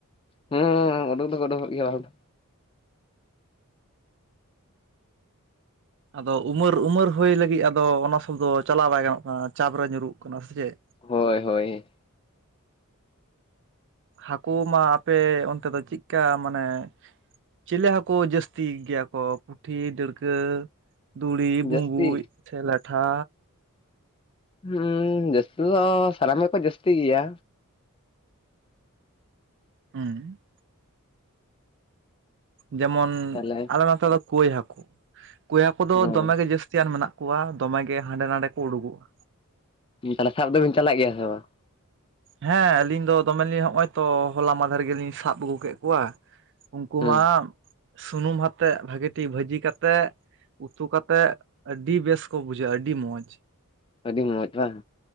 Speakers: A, on the left; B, on the right.
A: ᱦᱩᱸ ᱩᱰᱩᱠ ᱫᱚᱠᱚ ᱩᱰᱩᱜᱚᱜ ᱜᱮᱭᱟ ᱦᱟᱠᱩ᱾
B: ᱟᱫᱚ ᱩᱢᱟᱹᱨ ᱩᱢᱟᱹᱨ ᱦᱩᱭ ᱞᱟᱹᱜᱤᱫ ᱟᱫᱚ ᱚᱱᱟ ᱥᱚᱵᱫᱚ ᱪᱟᱞᱟᱣ ᱵᱟᱭ ᱜᱟᱱᱚᱜ ᱠᱟᱱᱟ ᱪᱟᱯ ᱨᱮ ᱧᱩᱨᱩᱜ ᱠᱟᱱᱟ ᱥᱮ ᱪᱮᱫ?
A: ᱦᱳᱭ ᱦᱳᱭ᱾
B: ᱦᱟᱹᱠᱳ ᱢᱟ ᱟᱯᱮ ᱚᱱᱛᱮ ᱫᱚ ᱪᱮᱫᱠᱟ ᱢᱟᱱᱮᱼᱼ ᱪᱮᱞᱮ ᱦᱟᱸᱠᱳ ᱡᱟᱹᱥᱛᱤ ᱜᱮᱭᱟ ᱠᱚ ᱯᱩᱴᱷᱤ ᱰᱟᱹᱲᱠᱟᱹᱼᱼ ᱫᱩᱲᱤ ᱵᱩᱵᱩᱡ
A: ᱡᱟᱹᱥᱛᱤ
B: ᱥᱮ ᱞᱟᱴᱷᱟ,
A: ᱦᱩᱸ ᱡᱟᱹᱥᱛᱤ ᱫᱚ ᱥᱟᱱᱟᱢ ᱜᱮᱠᱚ ᱡᱟᱹᱥᱛᱤ ᱜᱮᱭᱟ᱾
B: ᱦᱩᱸ ᱡᱮᱢᱚᱱ
A: ᱛᱟᱦᱞᱮ
B: ᱟᱞᱮ ᱱᱚᱛᱮ ᱫᱚ ᱠᱚᱭ ᱦᱟᱹᱠᱳ ᱠᱚᱭ ᱦᱟᱹᱠ ᱫᱚ
A: ᱦᱩᱸ
B: ᱫᱚᱢᱮ ᱜᱮ ᱡᱟᱹᱥᱛᱤᱭᱟᱱ ᱢᱮᱱᱟᱜ ᱠᱚᱣᱟ᱾ ᱠᱚᱣᱟ ᱫᱚᱢᱮ ᱜᱮ ᱦᱟᱸᱰᱮ ᱱᱟᱰᱮ ᱠᱚ ᱩᱰᱩᱠᱚᱜᱼᱟ᱾
A: ᱛᱟᱦᱚᱞᱮ ᱥᱟᱵ ᱫᱚᱵᱤᱱ ᱪᱟᱞᱟᱜ ᱜᱮᱭᱟ ᱥᱮ ᱵᱟᱝ?
B: ᱦᱮᱸ ᱟᱹᱞᱤᱧ ᱫᱚ ᱫᱚᱢᱮᱞᱤᱧ ᱦᱚᱜᱼᱚᱭ ᱛᱚ ᱦᱚᱞᱟ ᱢᱟᱫᱷᱮᱨ ᱜᱮᱞᱤᱧ ᱥᱟᱵ ᱟᱹᱜᱩ ᱠᱮᱫ ᱠᱚᱣᱟ᱾ ᱩᱱᱠᱩ
A: ᱦᱩᱸ
B: ᱢᱟ ᱥᱩᱱᱩᱢ ᱟᱛᱮᱜ ᱵᱷᱟᱹᱜᱤ ᱴᱷᱤᱠ ᱵᱷᱟᱹᱡᱤ ᱠᱟᱛᱮᱜ ᱩᱛᱩ ᱠᱟᱛᱮᱫ ᱟᱹᱰᱤ ᱵᱮᱥ ᱠᱚ ᱵᱩᱡᱷᱟᱹᱜᱼᱟ ᱟᱹᱰᱤ ᱢᱚᱡᱽ᱾
A: ᱟᱹᱰᱤ ᱢᱚᱡᱽ ᱵᱟᱝ᱾